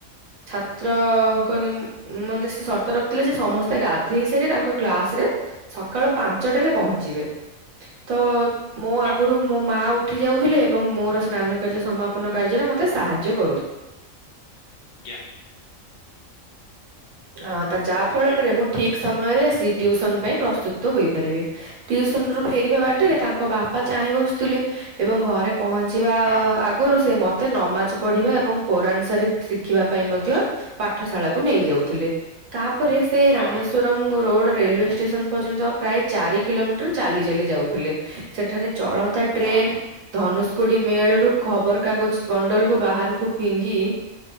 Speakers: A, on the right (about 75°); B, on the left (about 70°).
A: ଛାତ୍ରଙ୍କ ନିମ ମନ୍ତେ ସର୍ତ୍ତ ରଖିଥିଲେ ଯେ ସମସ୍ତେ ଗାଧେଇ ସାରି ତାଙ୍କ କ୍ଲାସ ରେ ସକାଳ ପାଞ୍ଚଟାରେ ପହଞ୍ଚିବେ ତ ମୋ
B: ହଁ
A: ଆଗରୁ ମୋ ମା ଉଠି ଯାଉଥିଲେ ଏବଂ ମୋର ସ୍ନାନ କାର୍ଯ୍ୟ ସମାପନ କାର୍ଯ୍ୟରେ ମତେ ସାହାଯ୍ୟ କରୁଥି
B: ଆଜ୍ଞା।
A: ଅ ତ ଯାହା ଫଳରେ
B: ଏଇଠୁ
A: ମୁଁ ଠିକ ସମୟରେ ସେ ଟ୍ୟୁସନ ପାଇଁ ପ୍ରସ୍ତୁତ ହୋଇପାରିବି। ଟିଉସନ ରୁ ଫେରିବା ବାଟରେ ତାଙ୍କ ବାପା ଚାହିଁ ବଶୁ ଥିଲେ ଏବଂ ଘରେ ପହଞ୍ଚିବା
B: ହଁ
A: ଆଗରୁ ସେ ମତେ ନମାଜ ପଢ଼ିବା ଏବଂ କୋରାନ୍ ସାରି ଶିଖିବା ପାଇଁ ମଧ୍ୟ
B: ଆଚ୍ଛା
A: ପାଠଶାଳାକୁ ନେଇ ଯାଉଥିଲେ ତାପରେ ସେ
B: ହଁ
A: ରାମେଶ୍ୱର
B: ହଁ
A: ମ୍ ରୋଡ ରେଲୱେ ଷ୍ଟେସନ ପର୍ଯ୍ୟନ୍ତ ପ୍ରାୟ ଚାରି କିଲୋମିଟର ଚାଲି ଚାଲି ଯାଉଥିଲେ। ସେଠାରେ ଚଳନ୍ତା ଟ୍ରେନ
B: ହଁ ହଁ
A: ଧନୁଷ କୋଡ଼ି ମେଳରୁୁ ଖବରକାଗଜ ବଣ୍ଡଲକୁୁ ବାହାରକୁ ଫିଙ୍ଗି